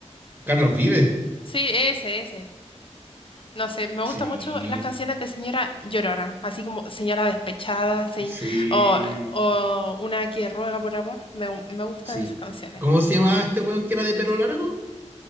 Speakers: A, on the right; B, on the left.
A: Carlos Vive.
B: Sí, ese, ese. No sé, me gustan
A: Sí,
B: mucho las canciones de señora Llorona, así como señora despechada, sí,
A: sí,
B: o, o una que ruega por amor. Me, gu- me gustan
A: sí.
B: esas canciones.
A: ¿Cómo se llamaba este weón que era de pelo largo?